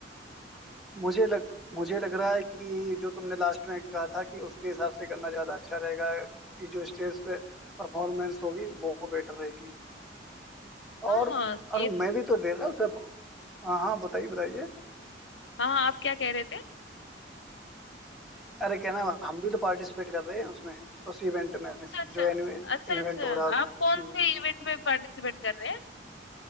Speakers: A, in the centre; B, on the left.
A: मुझे लग मुझे लग रहा है कि जो तुमने लास्ट में कहा था कि उसके हिसाब से करना ज्यादा अच्छा रहेगा कि जो स्टेज पे परफॉर्मेंस होगी वो बेटर रहेगी
B: हाँ
A: और
B: हाँ ये
A: और
B: तो-
A: मैं भी तो ले रहा हूँ सब हाँ हाँ बताइए बताइए
B: हाँ हाँ, आप क्या कह रहे थे
A: अरे कहना हम भी तो पार्टिसिपेट कर रहे हैं उसमें उस इवेंट में
B: अच्छा अच्छा
A: जो एनुअल
B: अच्छा
A: इवेंट
B: अच्छा
A: हो रहा है उसमें
B: आप
A: हम्म।
B: कौन से इवेंट में पार्टिसिपेट कर रहे हैं